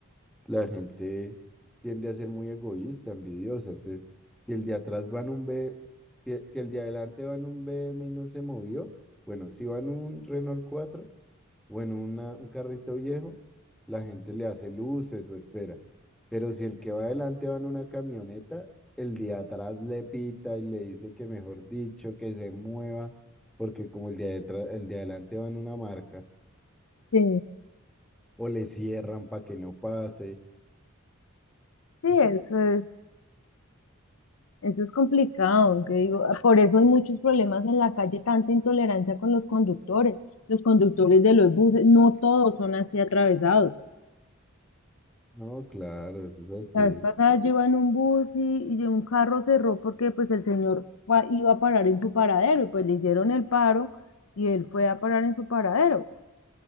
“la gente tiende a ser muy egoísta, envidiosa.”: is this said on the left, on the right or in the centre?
Centre